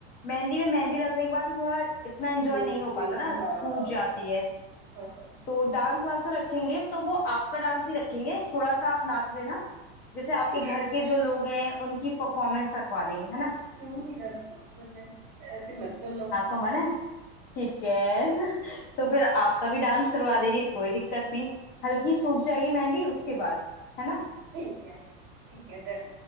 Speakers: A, on the left; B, on the right.
A: मेहंदी में मेहंदी लगने के बाद ना थोड़ा इतना एंजॉय
B: बिल्कुल
A: नहीं हो पाता ना
B: हाँ
A: सूझ जाती है
B: हाँ
A: तो डांस वांस तो रखेंगे तो वो आपका डांस नहीं रखेंगे थोड़ा सा आप नाच लेना जैसे आपके
B: ठीक
A: घर
B: है
A: के जो लोग हैं उनकी परफॉर्मेंस रखवा देंगे है ना
B: क्यों मेरा तो बहुत मन है ऐसे मत बोलो
A: आपका मन है ठीक है <laughs> तो फिर आपका भी डांस करवा देंगे कोई दिक्कत नहीं हल्की सूख जाएगी मेहंदी
B: <laughs>
A: उसके बाद है ना
B: ठीक है ठीक है डन